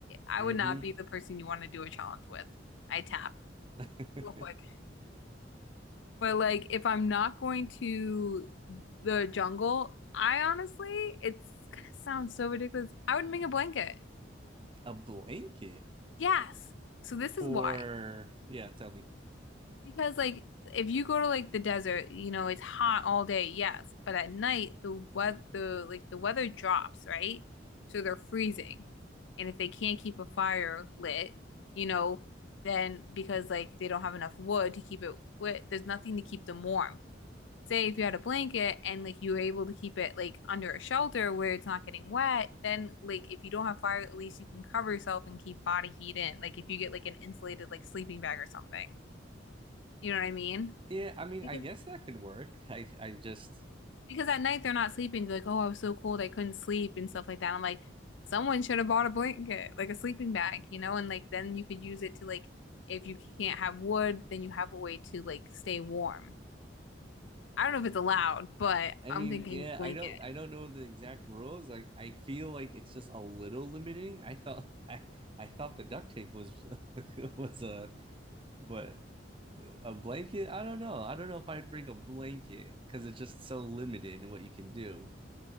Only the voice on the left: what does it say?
I
would not be the person you want to do a challenge with. I tap
real quick. But like if I'm not going to the jungle, I honestly, it's gonna sound so ridiculous. I would make a blanket.
Yes. So this
is why.
Because like if you go to like the desert, you know, it's hot all day, yes, but at night the weather the like the weather drops, right? So they're freezing. And if they can't keep a fire lit, you know, then because like they don't have enough wood to keep it lit, there's nothing to keep them warm. Say if you had a blanket and like you were able to keep it like under a shelter where it's not getting wet, then like if you don't have fire, at least you can cover yourself and keep body heat in. Like if you get like an insulated like sleeping bag or something. You know what I mean?
Because
because at night they're not sleeping. They're like, oh, I was so cold, I couldn't sleep and stuff like that. I'm like, someone should have bought a blanket, like a sleeping bag, you know, and like then you could use it to like if you can't have wood, then you have a way to like stay warm. I don't know if it's allowed, but
I'm
thinking
blanket.